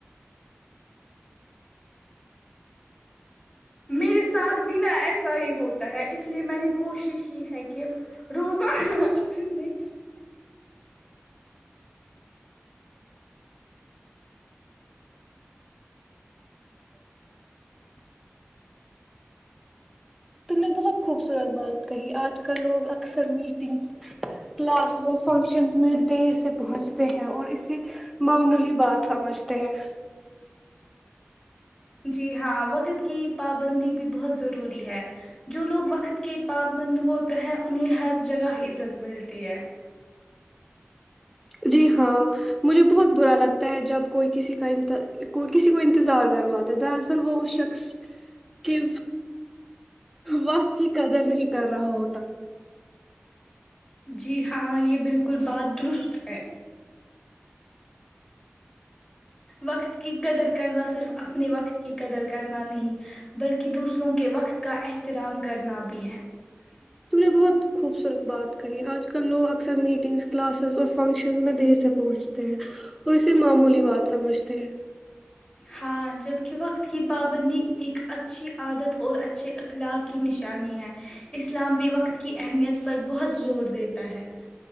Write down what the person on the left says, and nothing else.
میرے ساتھ بنا ایسا ہی ہوتا ہے اس لیے میں نے کوشش کی ہے کہ روزہ کا پھرنے
جی ہاں وقت کی پابندی بھی بہت ضروری ہے جو لوگ وقت کے پابند ہوتے ہیں انہیں ہر جگہ عزت ملتی ہے
جی ہاں یہ بالکل بات درست ہے وقت کی قدر کرنا صرف اپنے وقت کی قدر کرنا نہیں بلکہ دوسروں کے وقت کا احترام کرنا بھی ہے
ہاں جبک وقت کی پابندی ایک اچھی عادت اور اچھے اخلاق کی نشانی ہے اسلام بھی وقت کی اہمیت پر بہت زور دیتا ہے